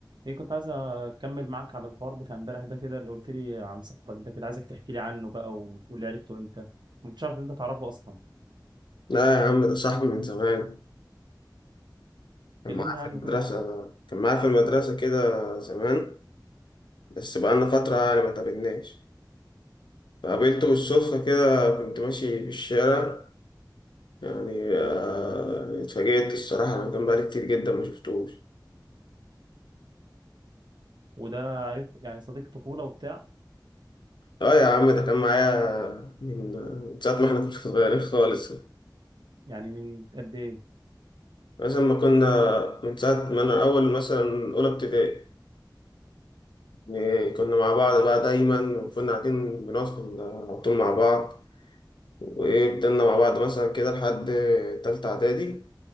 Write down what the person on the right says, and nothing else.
ايه كنت عايز اكمل معاك على الحوار بتاع امبارح ده كده اللي قلت لي عن صاحبك ده كده عايزك تحكي لي عنه بقى وتقول لي عرفته امتى ما كنتش عارف إن انت تعرفه اصلا
كلمني
عنه
كده
وده عارف يعني صديق طفولة وبتاع
يعني من قد ايه